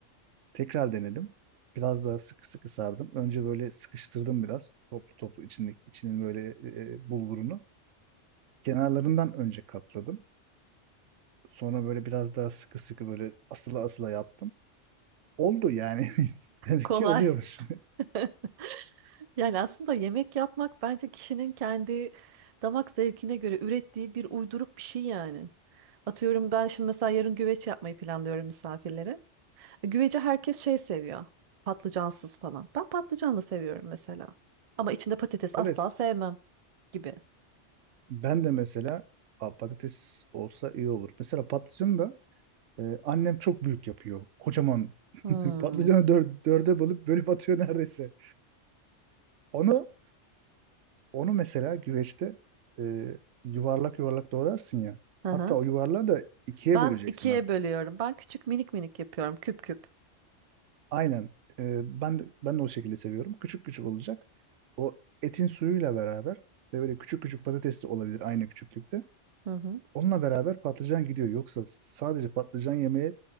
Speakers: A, on the right; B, on the right.
A: tekrar denedim. Biraz daha sıkı sıkı sardım. Önce böyle sıkıştırdım biraz. Toplu toplu içindeki içinin böyle e, bulgurunu. Kenarlarından önce katladım. Sonra böyle biraz daha sıkı sıkı böyle asıla asıla yaptım. Oldu yani. <laughs> Demek
B: Kolay.
A: ki oluyormuş.
B: <laughs> Yani aslında yemek yapmak bence kişinin kendi damak zevkine göre ürettiği bir uyduruk bir şey yani. Atıyorum ben şimdi mesela yarın güveç yapmayı planlıyorum misafirlere. Güveci herkes şey seviyor. Patlıcansız falan. Ben patlıcanlı seviyorum mesela. Ama içinde patates
A: <laughs> Evet.
B: asla sevmem gibi.
A: Ben de mesela "Aa, patates olsa iyi olur. Mesela patlıcanı da e, annem çok büyük yapıyor. Kocaman <laughs>
B: Hmm.
A: patlıcanı dör, dörde bölüp bölüp atıyor neredeyse. Onu onu mesela güveçte e, yuvarlak yuvarlak doğrarsın ya.
B: Hı
A: Hatta
B: hı.
A: o yuvarlağı da ikiye
B: Ben
A: böleceksin
B: ikiye
A: hatta.
B: bölüyorum. Ben küçük minik minik yapıyorum. Küp küp.
A: Aynen. E, ben de- ben de o şekilde seviyorum. Küçük küçük olacak. O etin suyuyla beraber ve böyle küçük küçük patates de olabilir aynı küçüklükte.
B: Hı hı.
A: Onunla beraber patlıcan gidiyor. Yoksa sadece patlıcan yemeye